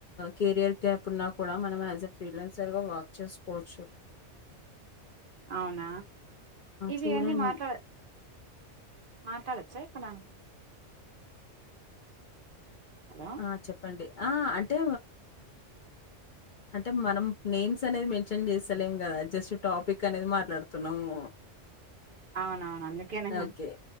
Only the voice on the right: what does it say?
అవునా ఇవి
అన్నీ మాట్లా మాట్లాడచ్చ ఇక్కల హలో
అవునవును అందుకేనే